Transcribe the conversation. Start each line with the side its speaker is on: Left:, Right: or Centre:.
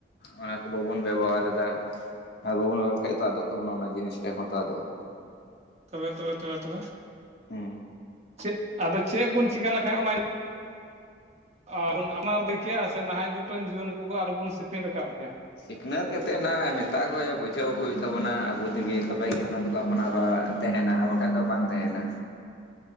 Left: ᱚᱱᱟ ᱠᱚ ᱵᱟᱵᱚᱱ ᱵᱮᱵᱚᱦᱟᱨ ᱮᱫᱟ ᱾ ᱟᱨ ᱵᱟᱵᱚᱱ ᱨᱚᱲ ᱠᱷᱟᱡ ᱛᱚ ᱟᱫᱚᱜ ᱛᱟᱵᱚᱱᱟ ᱚᱱᱟ ᱡᱤᱱᱤᱥ ᱴᱮᱱ ᱦᱚᱸ ᱛᱚ ᱟᱫᱚᱜᱼᱟ ᱾
Right: ᱛᱚᱵᱮ ᱛᱚᱵᱮ ᱛᱚᱵᱮ ᱛᱚᱵᱮ
Left: ᱦᱮᱸ
Right: ᱪᱮᱫ ᱟᱫᱚ ᱪᱮᱫ ᱵᱚᱱ ᱪᱤᱠᱟᱹ ᱞᱮᱠᱟᱡ ᱚᱱᱟ... ᱟ.. ᱵᱚᱱ ᱟᱯᱱᱟᱨ ᱠᱮ ᱜᱮᱭᱟ ᱥᱮ ᱱᱟᱦᱟᱜ ᱡᱩᱜᱽ ᱨᱮᱱ ᱡᱤᱭᱚᱱ ᱠᱚᱠᱚ ᱟᱨᱦᱚᱸ ᱵᱚᱱ ᱥᱮᱯᱮᱧ ᱨᱟᱠᱟᱵ ᱠᱮᱭᱟ
Left: ᱥᱤᱠᱷᱱᱟᱹᱛ ᱠᱟ ᱠᱟᱛᱮᱫ ᱱᱟᱦᱟᱜ ᱢᱮᱛᱟ ᱠᱚ ᱦᱩᱭᱩᱜ ᱵᱩᱡᱷᱟᱹᱣ ᱠᱚ ᱦᱩᱭᱩᱜ ᱛᱟᱵᱚᱱᱟ ᱟᱵᱚ ᱛᱮᱜᱮ ᱛᱚᱵᱮᱜᱮ ᱚᱱᱟ ᱫᱚ ᱟᱯᱱᱟᱨᱚᱜᱼᱟ ᱾ ᱛᱮᱦᱮᱱᱟ ᱟᱨ ᱵᱟᱠᱷᱟᱡ ᱫᱚ ᱵᱟᱝ ᱛᱮᱦᱮᱱᱟ